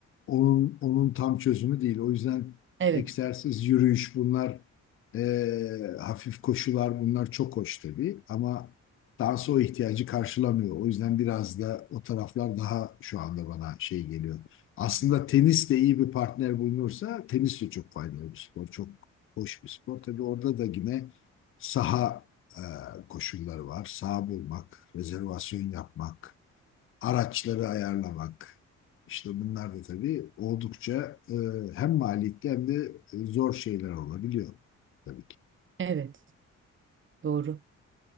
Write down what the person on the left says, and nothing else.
onun onun tam çözümü değil. O yüzden
egzersiz, yürüyüş bunlar e, hafif koşular bunlar çok hoş tabii ama Dans o ihtiyacı karşılamıyor. O yüzden biraz da o taraflar daha şu anda bana şey geliyor. Aslında tenis de iyi bir partner bulunursa tenis de çok faydalı bir spor. Çok hoş bir spor. Tabii orada da yine saha e, koşulları var. Saha bulmak, rezervasyon yapmak, araçları ayarlamak. İşte bunlar da tabii oldukça e, hem maliyetli hem de e, zor şeyler olabiliyor tabii ki.